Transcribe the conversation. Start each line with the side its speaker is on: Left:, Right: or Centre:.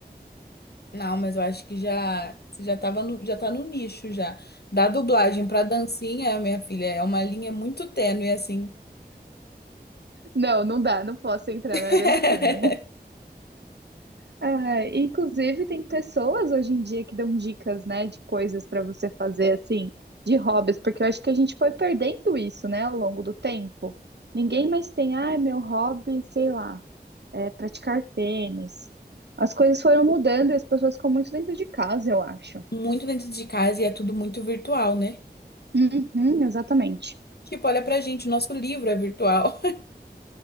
Left: Não, mas eu acho que já você já tava no, já tá no nicho já. Da dublagem pra dancinha, minha filha, é uma linha muito tênue assim.
Right: Não, não dá, não posso entrar
Left: <laughs>
Right: na dancinha. É, inclusive, tem pessoas hoje em dia que dão dicas, né, de coisas para você fazer, assim, de hobbies, porque eu acho que a gente foi perdendo isso, né, ao longo do tempo. Ninguém mais tem, ah, meu hobby, sei lá, é praticar tênis. As coisas foram mudando e as pessoas ficam muito dentro de casa, eu acho.
Left: Muito dentro de casa e é tudo muito virtual, né?
Right: Uhum, exatamente.
Left: Tipo, olha pra gente, o nosso livro é virtual.